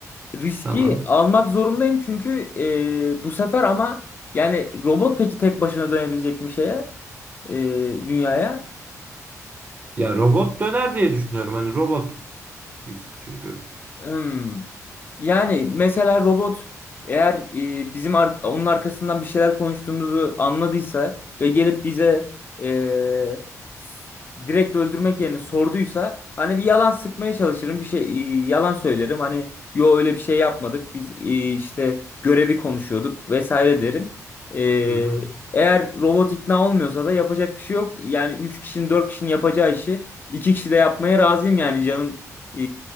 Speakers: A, on the left; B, on the right.
A: Riski
B: Tamam.
A: almak zorundayım çünkü e, bu sefer ama yani robot peki tek başına dönebilecek bir şeye e, dünyaya?
B: Ya robot döner diye düşünüyorum. Hani robot hiç çünkü.
A: Hmm. Yani mesela robot eğer e, bizim ar- onun arkasından bir şeyler konuştuğumuzu anladıysa ve gelip bize e, s- direkt öldürmek yerine sorduysa hani bir yalan sıkmaya çalışırım bir şey e, yalan söylerim hani yo öyle bir şey yapmadık biz e, işte görevi konuşuyorduk vesaire derim. E,
B: Hı hı.
A: eğer robot ikna olmuyorsa da yapacak bir şey yok yani 3 kişinin 4 kişinin yapacağı işi 2 kişi de yapmaya razıyım yani canım e,